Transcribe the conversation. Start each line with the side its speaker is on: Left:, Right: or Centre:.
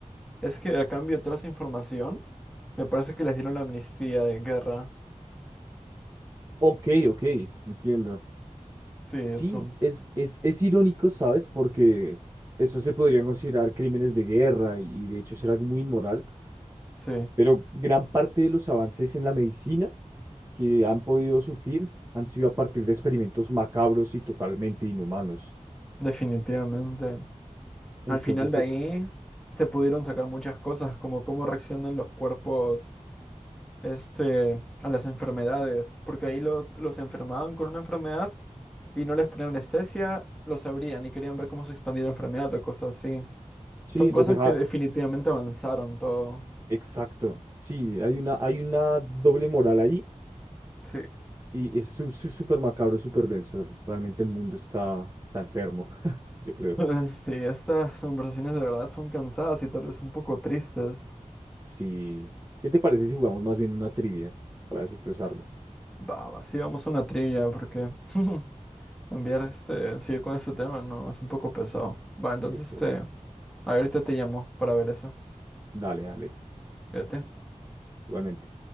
Centre: es que a cambio de toda esa información, me parece que les dieron la amnistía de guerra.
Right: Ok, ok, entiendo.
Centre: Sí, eso.
Right: Sí, es, es, es irónico, ¿sabes? Porque eso se podrían considerar crímenes de guerra y, y de hecho ser algo muy inmoral,
Centre: Sí,
Right: pero gran parte de los avances en la medicina que han podido surgir han sido a partir de experimentos macabros y totalmente inhumanos.
Centre: definitivamente.
Right: Entonces,
Centre: Al final de
Right: eh,
Centre: ahí se pudieron sacar muchas cosas, como cómo reaccionan los cuerpos, este, a las enfermedades, porque ahí los, los enfermaban con una enfermedad y no les ponían anestesia, los abrían y querían ver cómo se expandía la enfermedad o cosas así.
Right: sí,
Centre: Son
Right: los
Centre: cosas
Right: deja,
Centre: que definitivamente avanzaron todo.
Right: exacto, sí, hay una, hay una doble moral ahí
Centre: Sí.
Right: y es su- su- súper macabro, súper denso. Realmente el mundo está, está enfermo, <laughs> yo creo.
Centre: <laughs> Sí, estas conversaciones de verdad son cansadas y tal vez un poco tristes.
Right: Sí. ¿Qué te parece si jugamos más bien una trivia para desestresarnos?
Centre: Va, va, sí, vamos a una trivia, porque <laughs> Cambiar este, seguir con este tema, no, es un poco pesado. Va, entonces
Right: Exacto.
Centre: este, ahorita te llamo para ver eso.
Right: Dale, dale.
Centre: Fíjate.
Right: Igualmente.